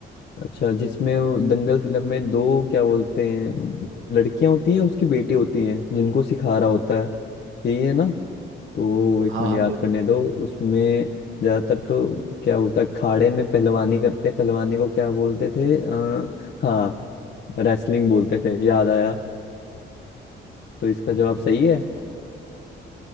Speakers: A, on the left; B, on the right.
A: अच्छा जिसमें वो दंगल फिल्म में दो क्या बोलते हैं लड़कियां होती हैं उसकी बेटी होती हैं जिनको सिखा रहा होता है यही है ना तो एक
B: हाँ
A: मिनट
B: हाँ
A: याद
B: बिल्कुल
A: करने दो उसमें ज्यादातर तो क्या बोलता है अखाड़े में पहलवानी करते हैं पहलवानी को क्या बोलते थे आ, हाँ रेसलिंग बोलते थे याद आया तो इसका जवाब सही है